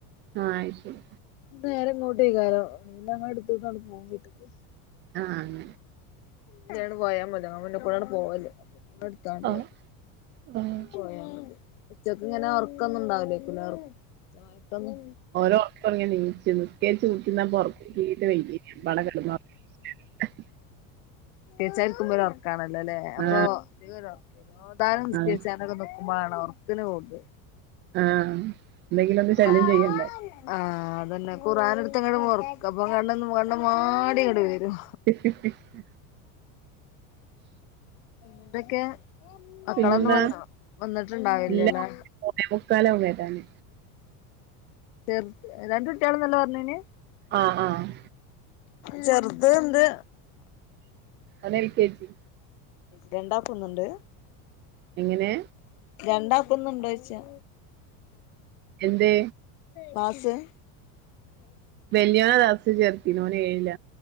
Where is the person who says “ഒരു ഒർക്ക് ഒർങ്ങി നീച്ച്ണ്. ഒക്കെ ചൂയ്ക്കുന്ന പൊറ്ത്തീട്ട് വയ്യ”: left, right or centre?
Right